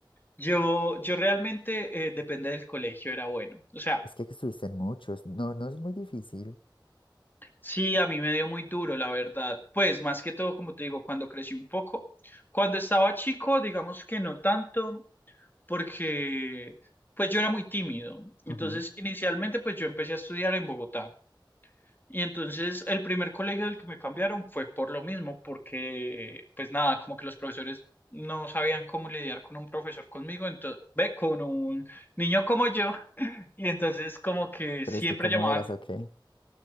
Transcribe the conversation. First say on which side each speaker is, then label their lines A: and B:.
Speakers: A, on the left; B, on the left.
A: Yo, yo realmente, eh, depende del colegio, era bueno. O sea,
B: Es que estuviste en muchos. No, no es muy difícil.
A: sí, a mí me dio muy duro, la verdad. Pues más que todo, como te digo, cuando crecí un poco. Cuando estaba chico, digamos que no tanto, porque pues yo era muy tímido. Entonces,
B: Ajá.
A: inicialmente, pues yo empecé a estudiar en Bogotá. Y entonces el primer colegio del que me cambiaron fue por lo mismo, porque pues nada, como que los profesores no sabían cómo lidiar con un profesor conmigo, entonces, ve, con un niño como yo. Y entonces como que
B: Pero
A: siempre
B: es que cómo
A: llamaban,
B: eras, ¿o qué?